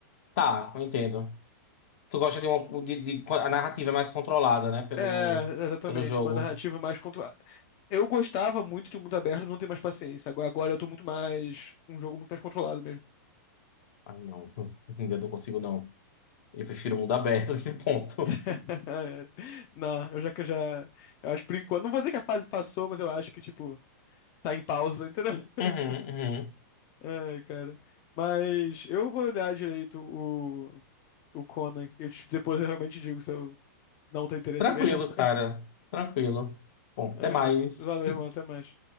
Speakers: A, on the left; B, on the left.
A: Tá, eu entendo. Tu gosta de uma. De, de- a narrativa é mais controlada, né? Pelo,
B: É, exatamente,
A: pelo jogo.
B: uma narrativa mais controlada. Eu gostava muito de um mundo aberto, não tenho mais paciência. Agora, agora eu tô muito mais. Um jogo muito mais controlado mesmo.
A: Ai, não. <laughs> Ainda não consigo, não. Eu prefiro o mundo aberto <laughs> nesse ponto.
B: <laughs> Não, eu já que eu já. Eu acho por enquanto. Não vou dizer que a fase passou, mas eu acho que, tipo, tá em pausa, entendeu? <laughs>
A: Uhum, uhum.
B: Ai, cara. Mas eu vou olhar direito o, o Conan. Eu, te- depois eu realmente digo se eu não tenho interesse
A: Tranquilo,
B: mesmo.
A: cara.
B: <laughs>
A: Tranquilo. Bom, até
B: É,
A: mais.
B: valeu, irmão. Até mais.